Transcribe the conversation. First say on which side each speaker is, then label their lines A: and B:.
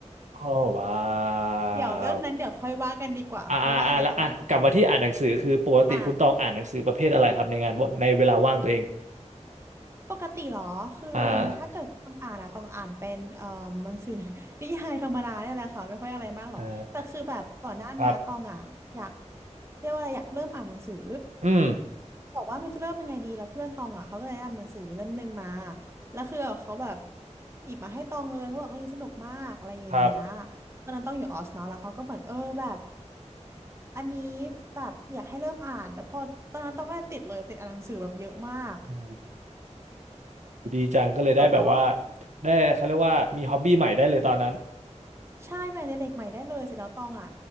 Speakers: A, on the right (about 75°); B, on the right (about 20°).
A: อ๋อว้าว
B: เดี๋ยวเรื่องนั้นเดี๋ยวค่อยว่ากันดีกว่าเพราะว่าอันนั้นตองว่ายาว
A: อ่าอ่าอ่าละอ่ะกลับมาที่อ่านหนังสือคือปกติคุณตองอ่านหนังสือประเภทอะไรครับในงานวในเวลาว่างตัวเอง
B: อ่า ปกติเหรอ คือถ้าเกิดต้องอ่านอะต้องอ่านเป็นเอ่อหนังสือ
A: อ่า
B: <laughs> นิยายธรรมดาเนี่ยแหละค่ะไม่ค่อยอะไรมากหรอกแต่คือแบบก่อนหน้านี้ตองอะอยาก
A: อ่าครับ
B: เรียกว่าอะไรอยากเริ่มอ่านหนังสือ
A: อืม
B: บอกว่ามันจะเริ่มยังไงดีแล้วเพื่อนตองอ่ะเขาก็เลยแนะนำหนังสือเล่มหนึ่งมาแล้วคือเขาแบบหยิบมาให้ตองเลยเขาบอกเรื่องนี้สนุกมากอะไรอย่างเงี้ย
A: ครับ
B: ตอนนั้นต้องอยู่ออสเนาะแล้วเขาก็เหมือนเออแบบอันนี้แบบอยากให้เริ่มอ่านแล้วพอตอนนั้นต้องก็เลยติดเลยติดอ่านหนังสือแบบเยอะมาก
A: อืมดีจังก็เลยได้แบบว่า
B: แล้วก็
A: ได้เขาเรียกว่ามีฮ็อบบี้ใหม่ได้เลยตอนนั้น
B: ใช่งานอดิเรกใหม่ได้เลยเสร็จแล้วตองอ่ะ